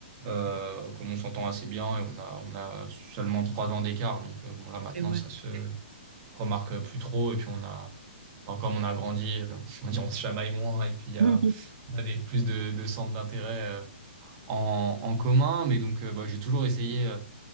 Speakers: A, on the right; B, on the right.
A: euh, comme on s'entend assez bien et on a, on a seulement trois ans d'écart. Donc, euh, bon, là, maintenant,
B: Mais ouais.
A: ça se remarque plus trop et puis on a, enfin, comme on a grandi, euh, on va dire, on se chamaille moins et puis il y
B: Mhm.
A: a, on a des, plus de, de centres d'intérêt. euh, en, en commun, mais donc euh, bah, j'ai toujours essayé euh,